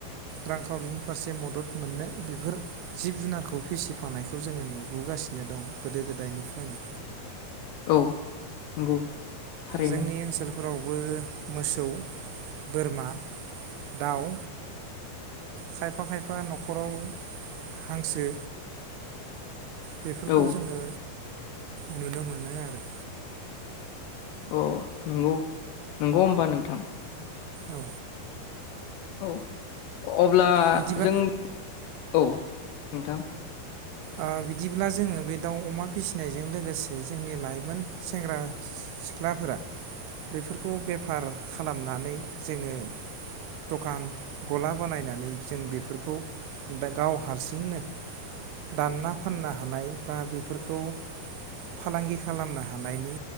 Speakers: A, on the right (about 85°); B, on the left (about 80°).
A: रांखावरिनि फारसे मदद मोननो बेफोर जिब जुनारखौ फिसिफानायखौ जोङो नु बोगासिनो दं गोदो गोदायनिफ्रायनो।
B: औ नंगौ। थारैनो
A: जोंनि ओनसोल। फोरावबो मोसौ बोरमा। दाउ। खायफा खायफा नखराव हांसो। बेफोरखौ
B: औ
A: जोङो। नुनो मोनो आरो‌।
B: अ नंगौ नंगौ होमबा नोंथां।
A: औ।
B: औ अब्ला
A: बिदिबा
B: जों। औ नोंथां।
A: ओ बिदिब्ला जोङो बे दाउ अमा फिसिनायजों लोगोसे जोंनि लाइमोन सेंग्रा सिख्लाफोरा बेफोरखौ बेफार खालामनानै जोङो दखान गला बानायनानै जों बेफोरखौ दा गाव हारसिंनो। दानना फाननो हानाय बा बेफोरखौ फालांगि खालामनो हानायनि